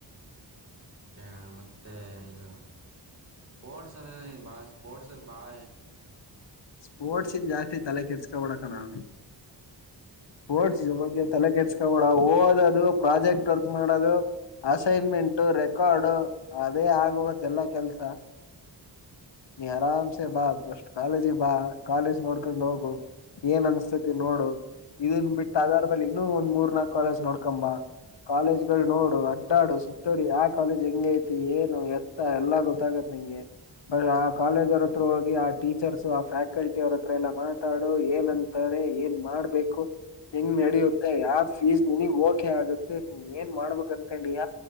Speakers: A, on the right; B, on the left.
A: ಹ ಮತ್ತೆ ಇದು ಸ್ಪೋಟ್ಸ್ <unintelligible> ಬಹಳ ಸ್ಪೋಟ್ಸ್ ಅಲ್ಲಿ ಬಹಳ
B: ಸ್ಪೋರ್ಟ್ಸ ಈನ್ ಜಾಸ್ತಿ ತಲೆ ಕೆಡ್ಸ್ಕಬೇಡ ಕನೊ ಓಡ್ಸಿ ಬಗ್ಗೆ ತಲೆ ಕೆಡ್ಸ್ಕೊಬೇಡ ಓದದು ಪ್ರಾಜೆಕ್ಟ್ ವರ್ಕ್ ಮಾಡದು ಅಸೈನ್ಮೆಂಟು ರೆಕಾರ್ಡು ಅದೇ ಆಗೋಗುತ್ತೆ ಎಲ್ಲ ಕೆಲ್ಸ ನೀ ಆರಾಮ್ಸೆ ಬಾ ಫಸ್ಟ್ ಕಾಲೇಜಿಗೆ ಬಾ ಕಾಲೇಜ್ ನೋಡ್ಕೊಂಡ್ ಹೋಗು ಏನ್ ಅನ್ಸ್ತೇತಿ ನೋಡು ಇದನ್ ಬಿಟ್ಟ ಆಧಾರ ಮೇಲೆ ಇನ್ನುೂ ಒಂದ್ ಮೂರ್ ನಾಕು ಕಾಲೇಜ್ ನೋಡ್ಕಂಬ ಕಾಲೇಜ್ಗಳು ನೋಡು ಅಡ್ಡಾಡು ಸುತ್ತೂರಿ ಯ ಕಾಲೇಜ್ ಹೆಂಗ ಐತಿ ಏನು ಎತ್ತ ಎಲ್ಲಾ ಗೊತ್ತಾಗತ್ ನಿಂಗೆ <unintelligible> ಆ ಕಾಲೇಜ್ ಅವ್ರ ಹತ್ರ ಹೋಗಿ ಆ ಟೀಚರ್ಸ್ ಆ ಫ್ಯಾಕಲ್ಟಿ ಅವ್ರ ಹತ್ರ ಎಲ್ಲ ಮಾತಾಡು ಏನಂತಾರೆ ಏನ್ ಮಾಡ್ಬೇಕು ಹಂಗ್ ನಡಿಯುತ್ತೆ ಯಾವ್ ಫೀಸ್ ನಿನಗ್ ಓಕೆ ಆಗುತ್ತೆ ನೀ ಏನ್ ಮಾಡ್ಬೇಕ್ ಅನ್ಕೊಂಡಿಯ